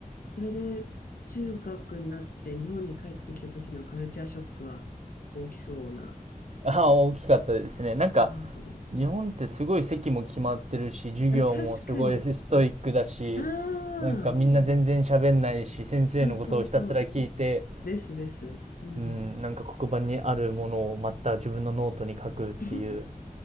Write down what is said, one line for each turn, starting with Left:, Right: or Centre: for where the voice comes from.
Left: それで、中学になって日本に帰ってきた時のカルチャーショックは大きそうな
Right: <laughs> あ、大きかったですね。なんか、
Left: 感じ。
Right: 日本ってすごい席も決まってるし、授業もすごいストイックだし、
Left: あ、確かに。ああ、
Right: なんかみんな全然喋んないし、先生のことをひたすら聞いて、
Left: そうそうそう。ですです。うん。
Right: うん、なんか黒板にあるものをまた自分のノートに書くっていう、
Left: <laughs>